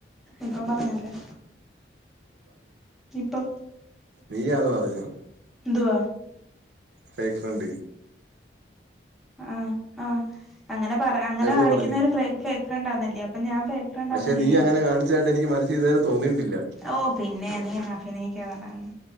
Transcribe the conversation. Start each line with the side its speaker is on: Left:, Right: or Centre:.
Centre: ഇപ്പം പറഞ്ഞല്ലേ ഇപ്പൊ
Right: നീയന്ന് പറഞ്ഞു.
Centre: ന്തുവാ.
Right: Fake friend.
Centre: ആഹ് ആഹ്. അങ്ങനെ പറ അങ്ങനെ
Right: എപ്പൊ
Centre: കാണിക്കുന്നൊരു
Right: പറഞ്ഞു
Centre: ഫ്രേ ഫേക്ക് ഫ്രണ്ട് ആന്നല്യോ അപ്പോ ഞാൻ ഫേക്ക് ഫ്രണ്ടാന്നല്ലേ
Right: പക്ഷെ നീ അങ്ങനെ
Centre: പറഞ്ഞെ
Right: കാണിച്ചായിട്ട് എനിക്ക് മന <unintelligible> തോന്നിയിട്ടില്ല.
Centre: ഓ പിന്നെ നീ അഫിനയിക്കുവതാണ്‌.